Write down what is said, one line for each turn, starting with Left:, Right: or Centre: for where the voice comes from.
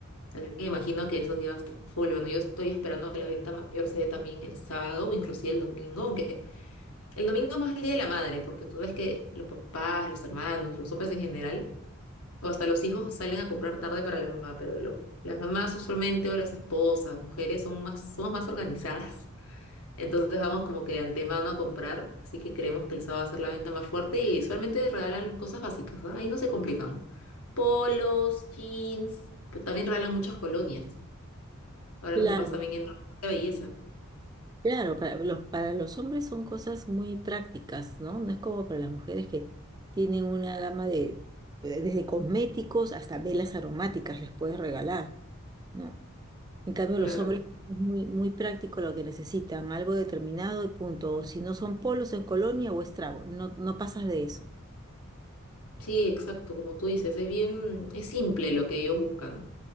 Left: Así que imagino que esos días está a full. Bueno, yo estoy esperando que la venta mayor se dé también el sábado o inclusive el domingo, aunque el domingo es más el día de la madre, porque tú ves que los papás, los hermanos, los hombres en general, o hasta los hijos salen a comprar tarde para la mamá, pero lo- las mamás usualmente o las esposas, mujeres, son más, somos más organizadas. Entonces vamos como que de antemano a comprar, así que creemos que el sábado va a ser la venta más fuerte y usualmente regalan cosas básicas, ¿ah? Ahí no se complican. Polos, jeans, pero también regalan muchas colonias. Ahora
Right: Claro,
Left: los papás también entran de belleza.
Right: Claro, para los, para los hombres son cosas muy prácticas, ¿no? No es como para las mujeres que tienen una gama de, de- desde cosméticos hasta velas aromáticas les puedes regalar, ¿no? En cambio,
Left: Claro.
Right: los hombres es muy, muy práctico lo que necesitan, algo determinado y punto. O si no son polos en colonia o estrago, no, no pasas de eso.
Left: Sí, exacto, como tú dices, es bien, es simple lo que ellos buscan.